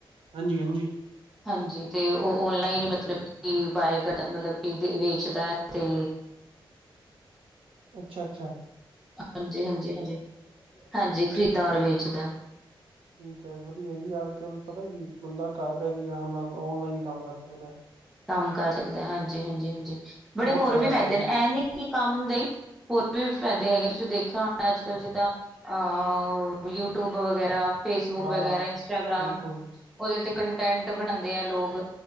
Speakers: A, on the right; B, in the centre.
A: ਹਾਂਜੀ-ਹਾਂਜੀ।
B: ਹਾਂਜੀ ਤੇ ਉਹ ਔਨਲਾਈਨ ਹੀ ਮਤਲਬ ਕੀ ਬਾਏ ਕਰਿਆ ਮਤਲਬ ਕਿ ਵੇਚਦਾ ਐ ਤੇ
A: ਅੱਛਾ-ਅੱਛਾ।
B: ਹਾਂਜੀ-ਹਾਂਜੀ, ਹਾਂਜੀ-ਹਾਂਜੀ ਖਰੀਦਾ ਔਰ ਵੇਚਦਾ।
A: ਠੀਕ ਹੈ ਵਧੀਆ ਜੀ ਅੱਜ ਕੱਲ ਪਤਾ ਕੀ ਬੰਦਾ ਘਰ ਬਹਿ ਕੇ ਆਰਾਮ ਨਾਲ ਔਨਲਾਈਨ ਕੰਮ ਕਰ ਸਕਦਾ।
B: ਕੰਮ ਕਰ ਸਕਦਾ ਹਾਂਜੀ-ਹਾਂਜੀ-ਹਾਂਜੀ ਬੜੇ
A: ਬਹੁਤ
B: ਹੋਰ
A: ਫਾਇਦਾ
B: ਵੀ ਫ਼ਾਇਦੇ
A: ਹੈਗਾ ਜੀ,
B: ਨੇ ਐ ਨੀ ਕਿ ਕੰਮ ਲਈ ਹੋਰ ਵੀ ਫਾਇਦੇ ਹੈਗੇ ਤੁਸੀਂ ਦੇਖਿਆ ਹੋਣਾ ਅੱਜ-ਕੱਲ੍ਹ ਜਿੱਦਾਂ। ਆਹੋ ਯੂਟਊਬ ਵਗੈਰਾ ਫੇਸਬੁਕ
A: ਹਾਂ
B: ਵਗੈਰਾ ਇੰਸਟਾਗ੍ਰਾਮ
A: ਬਿਲਕੁਲ।
B: ਓਦੇ ਤੇ ਕੰਟੈਂਟ ਬਣਾਂਦੇ ਆ ਲੋਕ